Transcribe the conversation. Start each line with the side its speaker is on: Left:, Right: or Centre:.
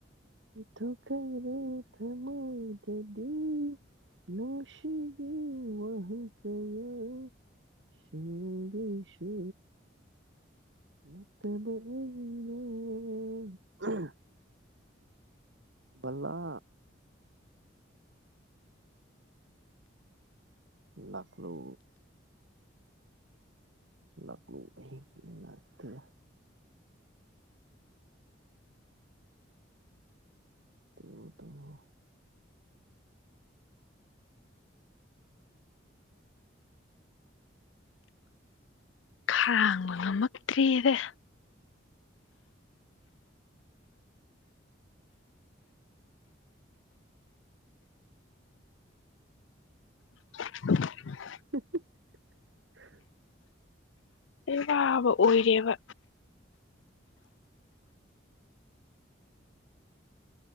Right: ꯏꯊꯨꯛꯈꯥꯔꯦ ꯊꯃꯣꯏꯗꯗꯤ ꯅꯣꯁꯤꯒꯤ ꯋꯥꯍꯤ ꯀꯌꯥ ꯁꯤꯔꯦꯡꯒꯤꯁꯨ ꯅꯠꯇꯕ ꯑꯩ <unintelligible> ꯕꯜꯂꯥ ꯂꯥꯛꯂꯣ ꯂꯥꯛꯂꯣ ꯑꯩꯒꯤ ꯏꯅꯥꯛꯇ ꯇꯨꯝꯃꯣ ꯇꯨꯝꯃꯣ
Left: ꯈꯔꯥꯡꯕ ꯉꯝꯃꯛꯇ꯭ꯔꯦꯗ <unintelligible>
Right: <unintelligible>
Left: ꯑꯩ ꯋꯥꯕ ꯑꯣꯏꯔꯦꯕ